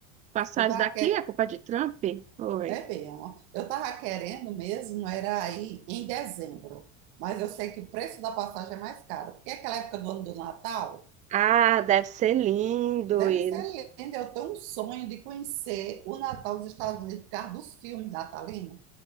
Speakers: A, on the right; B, on the right.
A: Passagem
B: eu tava
A: daqui
B: que...
A: é culpa de Trump? Oi.
B: é mesmo. Eu tava querendo mesmo era aí em dezembro, mas eu sei que o preço da passagem é mais caro, porque aquela época do ano do Natal
A: Ah, deve ser lindo.
B: deve
A: E...
B: ser linda. Eu tenho um sonho de conhecer o Natal dos Estados Unidos por causa dos filmes natalinos.